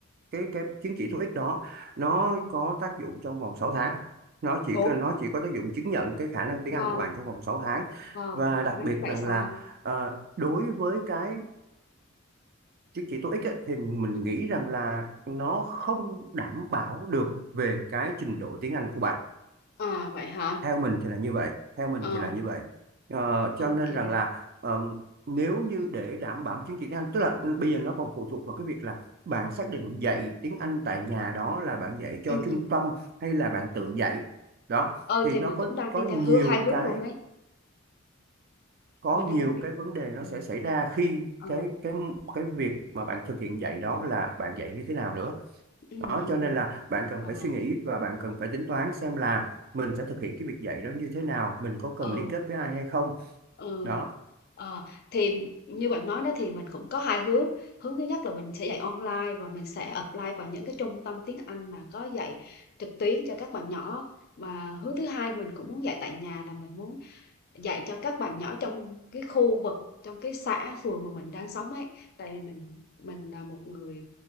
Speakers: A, on the right; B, on the left.
A: cái cái chứng chỉ TOEIC đó nó
B: Ừ.
A: có tác dụng trong vòng sáu tháng nó chỉ
B: Ủa,
A: nó chỉ có tác dụng chứng nhận cái khả năng
B: Wow,
A: tiếng Anh của bạn trong vòng sáu tháng
B: wow,
A: và đặc
B: ngắn
A: biệt
B: vậy
A: rằng
B: sao?
A: là ờ, đối với cái chứng chỉ TOEIC ấy, thì mình
B: Ừ.
A: nghĩ rằng là nó không đảm bảo được về cái trình độ tiếng Anh của bạn.
B: À vậy hả?
A: Theo mình thì là như vậy, theo mình
B: Ờ,
A: thì là như vậy. Ờ,
B: ok.
A: cho nên rằng là ờm, nếu như để đảm bảo chứng chỉ tiếng Anh, tức là bây giờ nó còn phụ thuộc vào cái việc là bạn xác định dạy tiếng Anh tại nhà đó là bạn dạy cho
B: Ừ,
A: trung
B: ừ.
A: tâm hay là bạn tự dạy. Đó,
B: Ờ
A: thì
B: thì
A: nó
B: mình
A: có
B: cũng đang
A: có
B: đi
A: nhiều
B: theo hướng hai hướng
A: cái
B: luôn ấy.
A: có
B: Mình đang
A: nhiều
B: muốn đi.
A: cái vấn đề nó
B: Ừ,
A: sẽ xảy ra khi
B: ờ,
A: cái cái cái việc mà bạn thực hiện dạy đó là bạn dạy như thế nào nữa
B: ừ,
A: Đó,
B: ừ,
A: cho nên là bạn cần
B: ờ,
A: phải suy nghĩ và bạn cần phải tính toán xem là mình sẽ thực hiện cái việc dạy đó như thế nào, mình có cần
B: ờ.
A: liên kết với ai hay không.
B: Ừ.
A: Đó,
B: Ờ, thì như bạn nói đó thì mình cũng có hai hướng hướng thứ nhất là mình sẽ dạy online và mình sẽ apply vào những cái trung tâm tiếng Anh mà có dạy trực tuyến cho các bạn nhỏ và hướng thứ hai mình cũng muốn dạy tại nhà là mình muốn dạy cho các bạn nhỏ trong cái khu vực trong cái xã phường mà mình đang sống ấy tại vì mình mình là một người